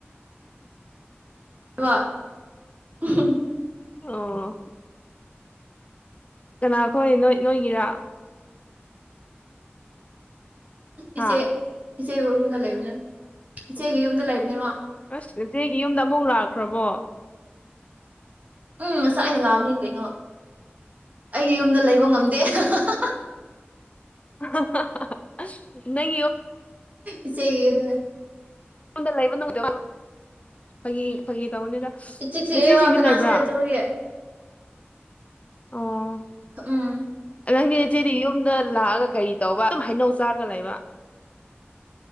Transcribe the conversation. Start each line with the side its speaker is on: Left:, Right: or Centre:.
Right: ꯋꯥ <unintelligible> <unintelligible>
Left: ꯑꯣ ꯀꯅꯥꯈꯣꯏ ꯅꯣꯏ ꯅꯣꯏꯒꯤꯔꯥ ꯍꯥ
Right: ꯏꯆꯦ ꯏꯆꯦꯒꯤ ꯌꯨꯝꯗ ꯂꯩꯕꯅꯦ ꯏꯆꯦꯒꯤ
Left: ꯑꯣ
Right: ꯌꯨꯝꯗ ꯂꯩꯕꯅꯦꯕ
Left: ꯑꯁ ꯅꯆꯦꯒꯤ ꯌꯨꯝꯗ ꯑꯃꯨꯛ ꯂꯥꯛꯈ꯭ꯔꯕꯣ
Right: ꯎꯝ ꯉꯁꯥꯏꯅ ꯂꯥꯛꯕꯅꯦ ꯀꯩꯅꯣ ꯑꯩꯒꯤ ꯌꯨꯝꯗ ꯂꯩꯕ ꯉꯝꯗꯦ <unintelligible>
Left: <unintelligible> ꯅꯪꯒꯤ ꯌꯨꯝ
Right: ꯏꯆꯦꯒꯤ ꯌꯨꯝꯗ
Left: <unintelligible> ꯂꯩꯕ <unintelligible> ꯐꯥꯒꯤ ꯐꯥꯒꯤ ꯇꯧꯕꯅꯤꯗ
Right: ꯏꯆꯤꯛ ꯆꯤꯛꯑꯦꯕ
Left: ꯅꯆꯦꯁꯤꯡꯗꯤ
Right: ꯀꯅꯥꯁꯨ
Left: ꯂꯩꯕ꯭ꯔꯥ
Right: ꯂꯩꯇꯕꯒꯤ
Left: ꯑꯣ
Right: ꯎꯝ
Left: ꯅꯪꯗꯤ ꯏꯆꯦꯗꯤ ꯌꯨꯝꯗ ꯂꯥꯛꯑꯒ ꯀꯔꯤ ꯇꯧꯕ ꯑꯗꯨꯝ ꯍꯩꯅꯧ ꯆꯥꯔꯒ ꯂꯩꯕ